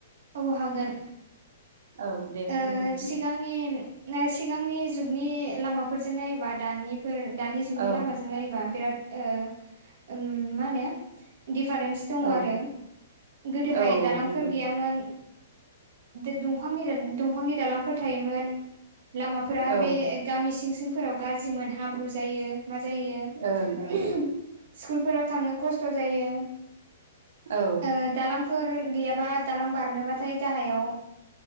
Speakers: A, on the right; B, on the right.
A: औ हागोन।
B: औ दे
A: ओ
B: फोरमायना
A: सिगां आंनि सिगांनि जुगनि लामाफोरजों नायोबा दानिफोर दानि जुगनि
B: औ
A: लामाजों जों नायोब्ला बेयाव ओ ओम मा होनो दिपारेन्स दङ
B: औ
A: आरो। गोदोहाय
B: औ
A: दालांफोर
B: नंगौ
A: गैयामोन। दंफांनि दंफांनि दालांफोर थायोमोन। लामाफोरा
B: औ
A: बे गामि सिं सिंफोराव गाज्रिमोन हाब्रु जायो मा जायो
B: ओं ओं ओं
A: स्कुलफोराव थांनो खस्थ' जायो ओ
B: औ
A: दालांफोर गैयाबा दालां बारनोबाथाय गाहायाव